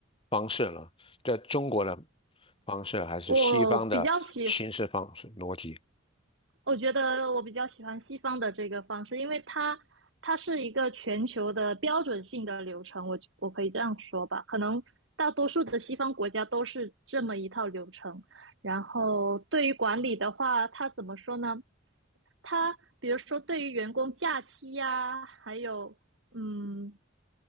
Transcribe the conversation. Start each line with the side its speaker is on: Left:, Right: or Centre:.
Left: 方式呢？在中国的方式，还是西方的形式方式逻辑？
Right: 我比较喜我觉得我比较喜欢西方的这个方式，因为它它是一个全球的标准性的流程，我我可以这样说吧，可能大多数的西方国家都是这么一套流程。然后对于管理的话，它怎么说呢？它比如说对于员工假期呀、啊还有嗯